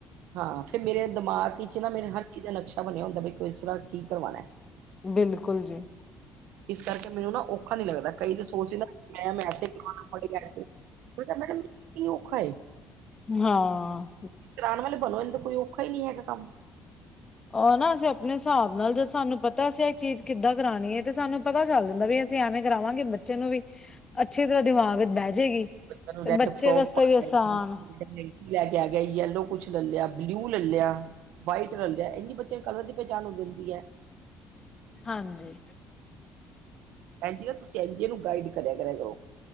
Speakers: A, on the right; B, on the left.
A: ਹਾਂ ਫਿਰ ਮੇਰੇ ਦਿਮਾਗ ਇਚ ਨਾ ਮੇਰੇ ਹਰ ਚੀਜ਼ ਦਾ ਨਕਸ਼ਾ ਬਣਿਆ ਹੁੰਦਾ ਬਈ ਕਿਸਰਾ ਕੀ ਕਰਵਾਨਾ।
B: ਬਿਲਕੁਲ ਜੀ।
A: ਇਸ ਕਰਕੇ ਮੈਨੂੰ ਨਾ ਓ ਔਖਾ ਨੀ ਲੱਗਦਾ ਕਈ ਤੇ ਸੋਚ ਨਾ ਮੈਮ ਐਸੇ ਕਰਵਾਨਾ ਮੈਮ ਐਸੇ <inaudible> ਕੀ ਓਖਾ ਏ?
B: ਹਾਂ।
A: ਕਰਾਨ ਵਾਲੇ ਬਣੋ ਇਦ ਤੇ ਕੋਈ ਔਖਾ ਹੀ ਨੀ ਹੈਗਾ ਕਾਮ।
B: ਉਹ ਨਾ ਅਸੀਂ ਆਪਣੇ ਸਾਬ ਨਾਲ ਜਦ ਸਾਨੂੰ ਪਤਾ ਅਸੀਂ ਏ ਚੀਜ਼ ਕਿੱਦਾਂ ਕਰਾਨੀ ਹਏ ਤੇ ਸਾਨੂੰ ਪਤਾ ਚੱਲ ਜਾਂਦਾ ਵੀ ਸੀਂ ਐਵੇਂ ਕਰਾਵਾਂਗੇ ਬੱਚੇ ਨੂੰ ਵੀ ਅੱਛੀ ਤਰ੍ਹਾਂ ਦਿਮਾਗ ਬੈ ਜੇਗੀ
A: ਬੱਚਿਆਂ ਨੂੰ
B: ਤੇ
A: ਰੈਡ
B: ਬੱਚੇ
A: ਫਰੋਕ
B: ਵਾਸਤੇ
A: ਪਾ
B: ਵੀ
A: ਕੇ
B: ਆਸਾਨ।
A: ਲੈਂਕੀ ਲੈ ਕੇ ਆ ਗਿਆ ਯੇਲੋ ਕੁਛ ਲਲਿਆ ਬਲਿਊ ਲਲਿਆ। ਵਾਈਟ ਲਲਿਆ ਇੰਝ ਈ ਬੱਚੇ ਨੂੰ ਕਲਰ ਦੀ ਪਹਿਚਾਣ ਹੋ ਜਾਂਦੀ ਐ।
B: ਹਾਂਜੀ।
A: ਭੇੰਜੀ ਐ ਤੁਸੀਂ ਐਨ ਜੀ ਏਨੂੰ ਗਾਈਡ ਕਰਿਆ ਮ-ਕਰਿਆ ਕਰੋ